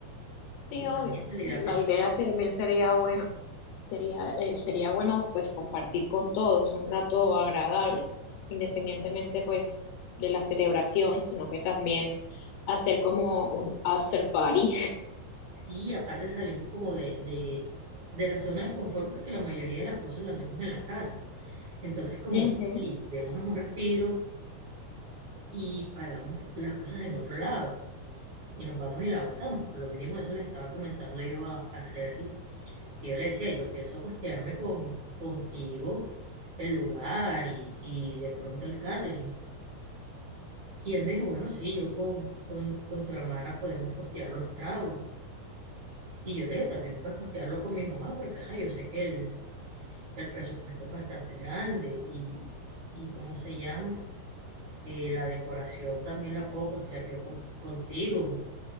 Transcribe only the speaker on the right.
Y para
mí esa es la
idea principal.
Sí, aparte salimos como de, de, de la zona de confort porque la mayoría de las cosas las hacemos en la casa. Entonces, como,
sí, démonos un respiro y pagamos las cosas en otro lado. y nos vamos y la gozamos. Por lo mínimo eso le estaba comentando yo a, a Sergio. Y yo le decía, yo pienso costearme con, contigo el lugar y, y de pronto el catering. Y él me dijo, bueno, sí, yo con, con, con tu hermana podemos costear los tragos. Y yo le dije, también puedes costearlo con mi mamá, porque ajá, yo sé que el, el presupuesto es bastante grande y, y ¿cómo se llama? Eh, la decoración también la puedo costear yo con, contigo,